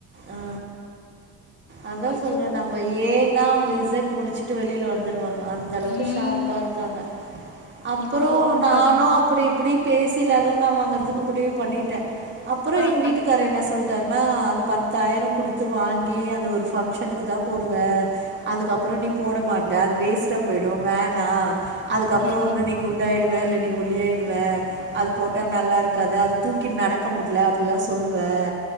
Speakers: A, on the right (about 40°); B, on the left (about 50°).
A: ஆ அதா
B: ஐயோ
A: சொல்றே நம்ம ஏ ஏ னா அவ்ங்க இசட் முடுச்சுட்டு வெளில வந்துருவாங்க அந்த அளவுக்கு
B: உம்
A: ஷார்பா இருக்காங்க அப்பறோ
B: அதுதான்
A: நானும்
B: பாருங்க
A: அப்புடி இப்புடி பேசி லெகங்கா வாங்கறதுக்கு முடிவு பண்ணிட்டே அப்பறொ
B: ஆஹ்
A: எங்க வீட்டுக்கார்
B: ஆஹ்
A: என்ன சொல்லிட்டாருனா அது பத்தாயிரோ குடுத்து வாங்கி அந் அந்த ஒரு ஃபங்க்ஷனுக்கு தா போடுவ அதுக்கப்பறோ நீ போட மாட்ட அது வேஸ்ட்டா போய்டு வேணா அதுக்கப்பறோம்
B: உம்
A: ஒன்னு
B: உம்
A: நீ குண்டு ஆய்டுவ இல்ல நீ ஒல்லி ஆய்டுவ அது போட்டா நல்லா இருக்காது அது தூக்கி நடக்க முட்ல அப்புல்லா சொல்லுவே